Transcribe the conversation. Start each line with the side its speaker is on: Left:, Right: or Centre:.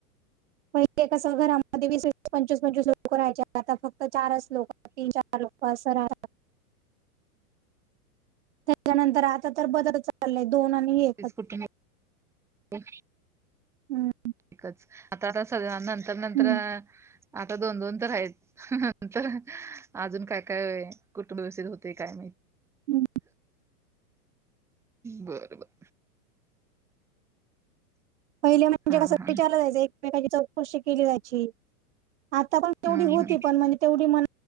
Right: पहिले कसे घरामध्ये वीस वीस, पंचवीस पंचवीस, लोक राहायचे आता फक्त चारच लोक, तीन-चार लोक. पसारा. त्याच्यानंतर आता तर बदल चाललंय. दोन आणि एक.
Centre: <unintelligible>
Right: हम्म.
Centre: एकच, आता आता सगळ्यांना नंतर नंतर,
Right: हम्म.
Centre: अ आता दोन-दोन तर हाईत. तर, अजून काय काय, कुठं व्यवस्थित होतंय काय.
Right: हम्. <inaudible>
Centre: बर बर.
Right: पहिले म्हणजे
Centre: हा
Right: कसं
Centre: हा
Right: विचारलं जायचं एकमेकांची चौकशी केली जायची, आता पण
Centre: हम्म
Right: तेवढी
Centre: हम्म
Right: होती पण, म्हणजे तेवढ म्हण